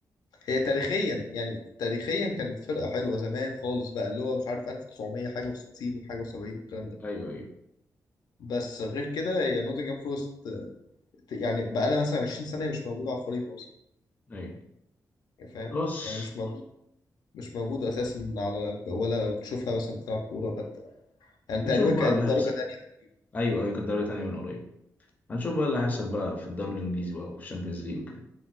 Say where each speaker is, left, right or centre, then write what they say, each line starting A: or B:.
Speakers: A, on the left; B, on the left.
A: هي تاريخيا يعني تاريخيا كانت فرقه حلوه زمان خالص بقى اللي هو مش عارف 1900 حاجه و60 وحاجه و70 والكلام ده
B: ايوه ايوه
A: بس غير كده هي نوتنجهام فورست آه، يعني بقى لها مثلا 20 سنه مش موجوده على الخريطه اصلا
B: ايوه
A: يعني فاهم
B: خلاص
A: يعني مش موجود مش موجود اساسا على ولا بتشوفها مثلا بتلعب كوره ولا بتاع يعني تقريبا
B: هنشوف
A: كانت
B: بقى اللي هيحصل
A: درجه تانيه
B: ايوه ايوه كانت دوري تانية من قريب هنشوف بقى اللي هيحصل بقى في الدوري الانجليزي بقى وفي الشامبيونز ليج وكده